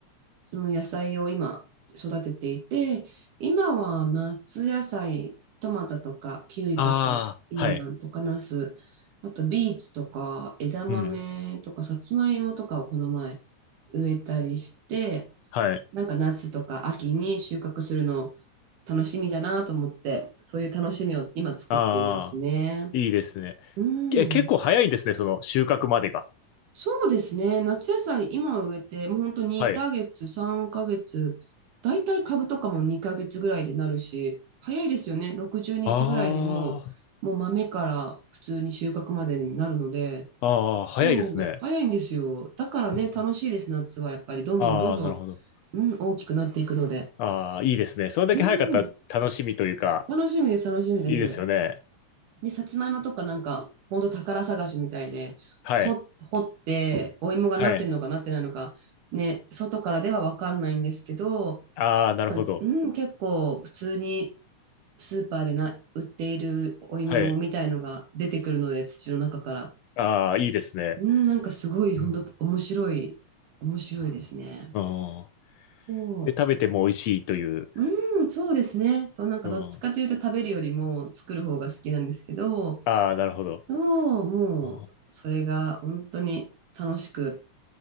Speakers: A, on the right (about 85°); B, on the left (about 70°).
A: その野菜を今育てていて、今は夏野菜、トマトとかキュウリとかピーマンとかナス、
B: ああ、はい。
A: あとビーツとか枝豆とかさつまいもとかをこの前
B: うん。
A: 植えたりして、
B: はい。
A: なんか夏とか秋に収穫するの楽しみだなと思って、そういう楽しみを今作っていますね。
B: ああ、いいですね。
A: うん。
B: け、結構早いんですね、その収穫までが。
A: そうですね。夏野菜今植えて、もう本当に2ヶ月、
B: はい。
A: 3ヶ月、だいたい株とかも2ヶ月ぐらいでなるし、早いですよね。60日ぐらいでもう、
B: あ
A: もう豆から普通に収穫までになるので、
B: あ、ああ、早いですね。
A: そう、早いんですよ。だからね、
B: うん
A: 楽しいです、夏はやっぱり。どんどんどんど
B: ああ、なるほど。
A: ん、うん、大きくなっていくので。
B: ああ、いいですね。それだけ早かったら楽しみというか、
A: うん楽しみです、楽しみです。
B: いいですよね。
A: で、さつまいもとかなんか、ほんと宝探しみたいで、
B: はい。
A: 掘、掘って、お芋がなってるのかなってないのか、
B: はい。
A: ね、外からではわかんないんですけど、
B: ああ、なるほど。
A: まあ、うん、結構普通にスーパーでな、売っているお芋みたいのが出てくるので、
B: はい。
A: 土の中から。
B: ああ、いいですね。
A: うん、なんかすごい、本当面白い、
B: うん、
A: 面白いですね。
B: うん。
A: そ
B: で、食べても美味しいという。
A: う、うん、そうですね。そう、なんかどっちかというと食べるよりも作る方が好きなんですけど、
B: うん。ああ、なるほど。
A: の、もう、
B: あ
A: それが本当に楽しく